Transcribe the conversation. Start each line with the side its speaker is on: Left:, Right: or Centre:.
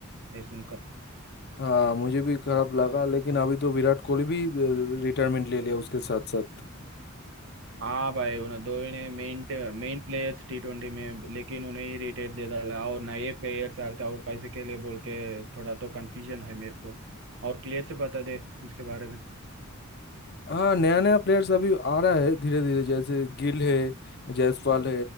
Right: ये सुनकर
Left: हाँ मुझे भी खराब लगा लेकिन अभी तो विराट कोहली भी रिटायरमेंट ले लिया उसके साथ साथ
Right: हाँ भाई उन्हें दो इन्हें main main players T twenty में लेकिन उन्हें ही रिटायर दे डाला और नए प्लेयर्स आ रहे थे और कैसे खेले बोल के थोड़ा तो कंफ्यूजन है मेरे को और क्लियर से बता दे इसके बारे में
Left: हाँ नया नया प्लेयर्स अभी आ रहा है धीरे धीरे जैसे गिल है जायसवाल है